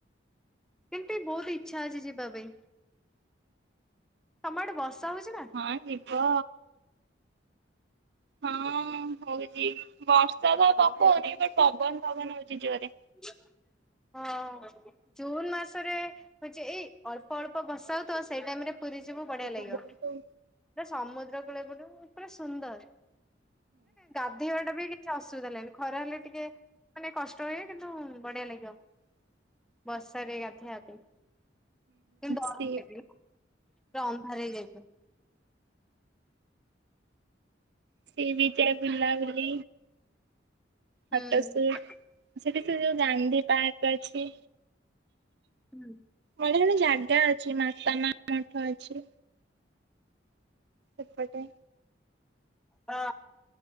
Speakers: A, in the centre; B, on the right (about 60°).
A: କେମତି ମୋର ଇଛା ଅଛି ଯିବା ପାଇଁ ତମ ଆଡେ ବର୍ଷା ହଉଛି ନା?
B: ପାଟି କ ହଁ ହଉଛି ବର୍ଷା ତ ପକଉନି ଗୋଟ ପବନ ଫବନ ହଉଛି ଜୋରରେ।
A: ହ ହଁ ଜୁନ୍ ମାସରେ ହଉଛି ଏଇ ଅଳ୍ପ ଅଳ୍ପ ବର୍ଷା ହଉଥିବ ସେଇ ଟାଇମ ରେ ପୁରୀ ଯିବୁ ବଢିଆ
B: ହୁଁ
A: ଲାଗିବ ପୁରା
B: ହୁଁ
A: ସମୁଦ୍ର କୂଳ ଗୁଡାକ ପୁରା ସୁନ୍ଦର। ଗାଧୋଇବାଟା ବି କିଛି ଅସୁବିଧା ହେଲାନି ଖରା ହେଲେ ଟିକେ ମାନେ କଷ୍ଟ ହୁଏ କିନ୍ତୁ ବଢିଆ ଲାଗିବ।
B: <unintelligible>
A: ବର୍ଷାରେ ଗାଧେଇବା ପାଇଁ କିନ୍ତୁ ଡର
B: ସି
A: ଲାଗିବ। ପୁରା ଅନ୍ଧାର ହେଇ ଯାଇଥିବ।
B: ସିବିଜ୍ ବୁଲାବୁଲି
A: ହୁଁ।
B: ଫଟ ସୁଟ୍। ସେଠି ସେ ଯୋଉ ଗାନ୍ଧୀ ପାର୍କ ଅଛି।
A: ହୁଁ।
B: ସେଠୀ ଗୋଟେ ଜାଗା ଅଛି ମାତା ମା ମଠ ଅଛି। ସେପଟେ
A: ହଁ